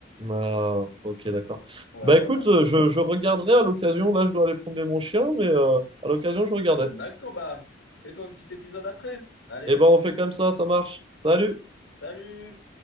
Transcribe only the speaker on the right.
Ah, ok, d'accord.
Bah
écoute, euh, je, je regarderai à l'occasion, là je dois aller promener mon chien, mais euh, à l'occasion je regardais.
Et ben on fait comme ça, ça marche. Salut!